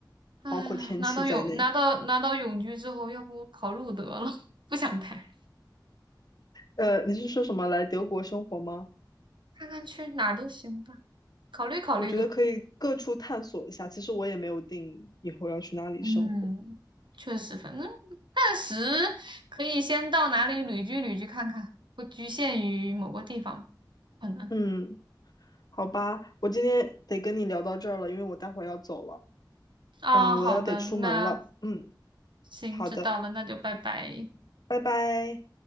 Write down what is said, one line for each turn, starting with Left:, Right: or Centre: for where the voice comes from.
Right: 唉，
Left: 包括天气在内。
Right: 拿到永拿到拿到永居之后，要不考入得了？<laughs> 不想拍，
Left: 呃，你是说什么来德国生活吗？
Right: 看看去哪儿都行吧，考虑考虑呢。
Left: 我觉得可以各处探索一下。其实我也没有定以后要去哪里生活。
Right: 嗯，确实，反正暂时可以先到哪里旅居旅居看看，不局限于某个地方吧可能。
Left: 嗯，好吧，我今天得跟你聊到这儿了，因为我待会儿要走了。
Right: 啊，
Left: 嗯，
Right: 好的，
Left: 我要得出门了。
Right: 那
Left: 嗯，
Right: 行，
Left: 好的，
Right: 知道了，那就拜拜。
Left: 拜拜。